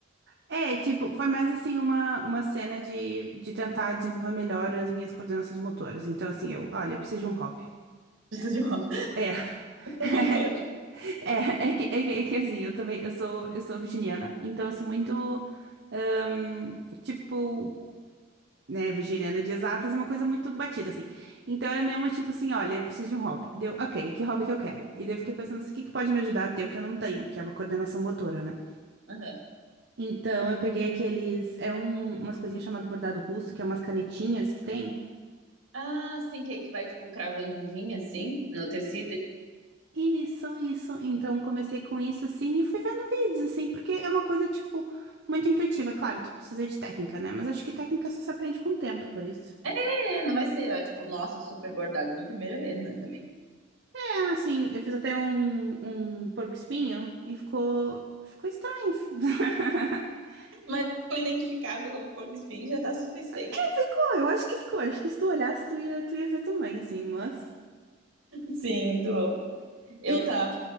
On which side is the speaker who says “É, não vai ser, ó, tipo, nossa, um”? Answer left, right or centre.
Right